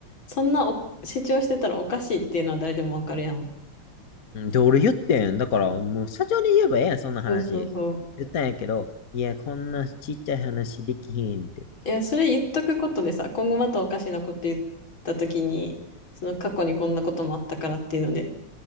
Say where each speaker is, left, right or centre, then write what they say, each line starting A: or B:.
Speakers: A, on the left; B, on the left.
A: そんなお主張してたらおかしいっていうのは誰でもわかるやん。
B: うん、で、俺言ってん。だからもう社長に言えばええやん、
A: うん
B: そんな話。
A: そうそうそう。
B: 言ったんやけど、いや、こんなちっちゃい話できへんって。
A: いや、それ言っとくことでさ、今後またおかしなこと言ったときに、その過去にこんなこともあったからっていうので、